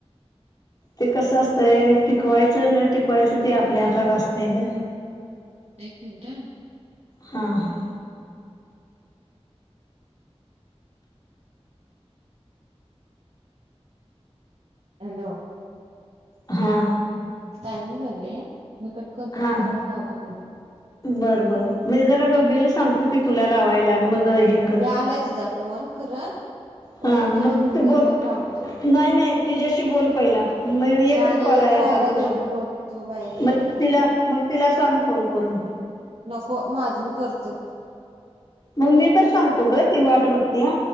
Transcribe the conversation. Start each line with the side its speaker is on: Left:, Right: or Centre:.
Left: ते कसं असतंय टिकवायचं नाय टिकवायचं ते आपल्या हातात असतंय गं.
Right: एक मिनटं
Left: हा हा.
Right: हॅलो.
Left: हा.
Right: टायमिंग झालेया मी कट करतो
Left: हा
Right: आणि परत लावते तुला.
Left: बरं बरं मी जरा बबलीला सांगतो की तुला लावायला मग हे. कर
Right: ये आलाय तिजा फोन खरं
Left: हा
Right: पहिरा
Left: मग
Right: तुझं होऊ
Left: तू
Right: दे
Left: बोल
Right: मग लावतो.
Left: नाही नाही तीज्याशी बोल पहिला. मय
Right: नाही
Left: एकच
Right: नाही
Left: कॉल
Right: एक
Left: आहे
Right: राहायला
Left: आता तुझा
Right: तेवढं बोलतो बाई पहिलं
Left: म
Right: थांब.
Left: तिला मग तिला सांग फोन करून.
Right: नको माझं मी करतं की.
Left: मग मी तर सांगतो गं ती वाट बघत्या.